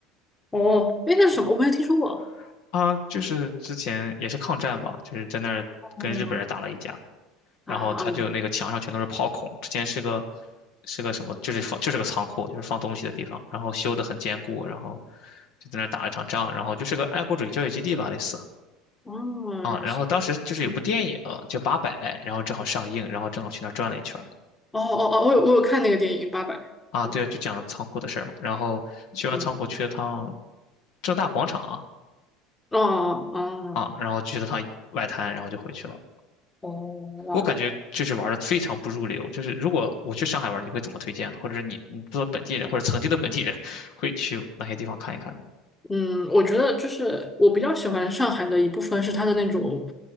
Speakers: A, on the left (about 15°); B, on the left (about 65°).
A: 哦，哎，那是什么？我没有听说过。
B: <laughs> 啊，就是之前也是抗战吧，就是在那儿跟日本人打了一架，
A: 哦，啊，
B: 然后他就那个墙上全都是炮孔，之前是个是个什么，就是放就是个仓库，就是放东西的地方，然后修得很坚固，然后就在那儿打了一场仗，然后就是个爱国主义教育基地吧，类似
A: 哦，
B: 啊，
A: 原来是这样，
B: 然后当时就是有部电影叫《八佰》，
A: 嗯，
B: 然后正好上映，然后正好去那儿转了一圈儿
A: 哦哦哦，我有我有看那个电影《八佰》，
B: 啊，
A: 对，
B: 对啊，就讲仓库的事儿嘛，然后去完仓库去了趟
A: 嗯，
B: 正大广场
A: 哦哦
B: 啊，然后去了趟外滩，然后就回去了。
A: 哦，哦，哇，
B: 我感觉就是玩的非常不入流。就是如果我去上海玩，你会怎么推荐呢？或者是你你作为本地人或者曾经的本地人，会去哪些地方看一看呢？
A: 嗯，我觉得就是我比较喜欢上海的一部分是它的那种，